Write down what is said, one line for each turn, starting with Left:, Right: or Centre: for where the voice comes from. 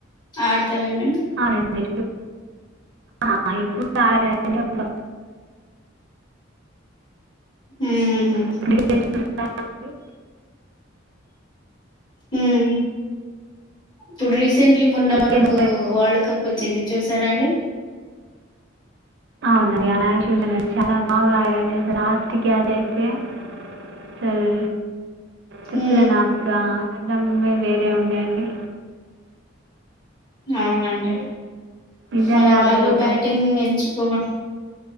Left: ఆడతారా ఏమైనా
Right: అనండి అ ఇప్పుడు ఆండ ప
Left: ఊహూ.
Right: ఇప్పుడే చూస్తానండి
Left: హ్మ్మ్, ఇప్పుడు రీసెంట్లీ మొన్న
Right: క్రికెట్
Left: మనకు వరల్డ్ కప్ వచ్చింది చూసారాండి.
Right: అవునండి అ చూసను చాలా బాగా ఆండి అసలు లాస్ట్ గ్యాచ్్ అయితే అసలు చెప్పలే
Left: ఉ
Right: నాకూడా? అందం వే వేరే ఉండే అండి.
Left: అవునండి.
Right: నిజంగా
Left: మన వాళ్లు
Right: అది ఒక
Left: బ్యాటింగ్
Right: కళ
Left: ఏంచు. కోమాట్,